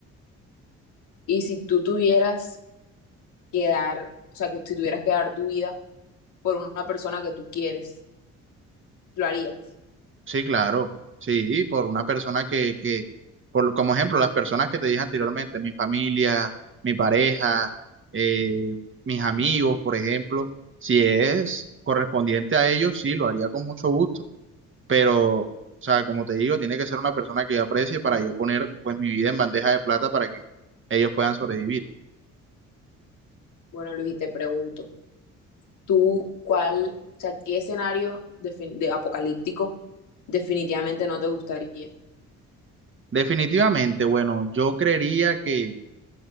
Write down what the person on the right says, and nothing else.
Sí, claro, sí, por una persona que, que por, como ejemplo, las personas que te dije anteriormente, mi familia, mi pareja, eh, mis amigos, por ejemplo, si es correspondiente a ellos, sí, lo haría con mucho gusto, pero, o sea, como te digo, tiene que ser una persona que yo aprecie para yo poner, pues, mi vida en bandeja de plata para que ellos puedan sobrevivir.
Definitivamente, bueno, yo creería que